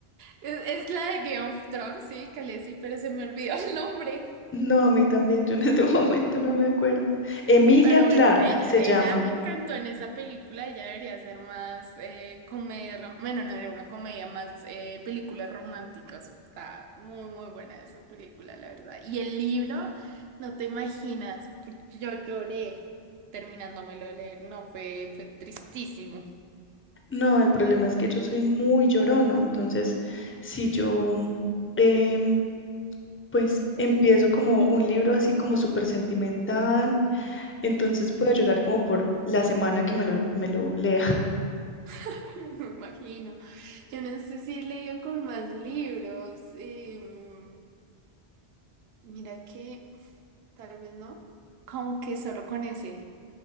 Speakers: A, on the right (about 75°); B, on the left (about 20°).
A: es, es la de Game of Thrones, sí, Khaleesi, pero se me olvidó el nombre.
B: No, a mí también, yo en este <laughs> momento no me acuerdo. Emilia
A: Pero
B: Clarke
A: bueno, ella,
B: se
A: ella
B: llama.
A: me encantó en esa película, ella debería ser más eh, comedia, rom- bueno, no era una comedia, más eh, películas románticas. Está muy, muy buena esa película, la verdad. Y el libro, no te imaginas, porque yo lloré terminándomelo de leer, no, fue, fue tristísimo.
B: No, el problema es que yo soy muy llorona, entonces si yo em, pues empiezo como un libro así como súper sentimental, entonces
A: Ujú.
B: voy a llorar como por la semana que me lo, me lo lea. <laughs>
A: <laughs> Me imagino. Yo no sé si he leído con más libros. em, mira que tal vez no. Como que solo con ese.